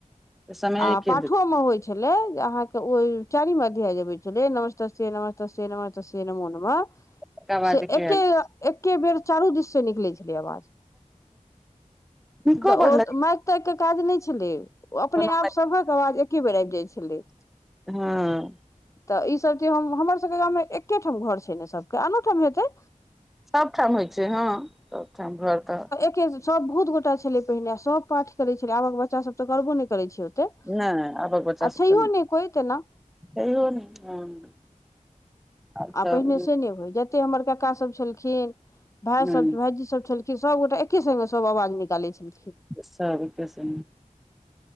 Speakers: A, in the centre; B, on the left (about 20°).
A: समय
B: आ
A: के
B: पाठमे
A: देतै
B: होइत छलै जे अहाँके ओहि चारि मध्यय अबै छलै नमस्तस्यै नमस्तस्यै। तसे नमः, तसे नमो, नमः।
A: तकर बाद
B: से
A: के
B: एके
A: आयल
B: बेर चारू दिससँ निकलै छलै आवाज।
A: नीको
B: तऽ
A: बड
B: ओ
A: लगै
B: म <unintelligible> ओतऽ कोनो काज नहि छलै, ओ अपने-आप
A: छै कोनो
B: सभक आवाज एके बेर आबि जाइ छलै।
A: हँ
B: तऽ ई सभ चीज हमरा सभके गाममे एके ठाम घर छै ने, सभके आन ठाम हेतै।
A: सभठाम होइ छै, हँ, सभठाम घर तऽ।
B: सभ बहुत गोटा छलाह पहिने, सभ पाठ करै छलै, आबक बच्चा सभ तऽ करबो नहि करै छै ओते
A: नहि, आबक
B: आ
A: बच्चा तऽ
B: छैहो
A: नहि।
B: कोइ तेना
A: कहियो होइ ने, हँ। आब
B: आ
A: तऽ
B: पहिने से ने होइ, जते हमर काका सभ छलखिन, भाय
A: ह
B: सभ, भायजी सभ छलखिन। सभ गोटा एके सङ्गे सभ आवाज निकालै छलखिन।
A: स्वागत नहि।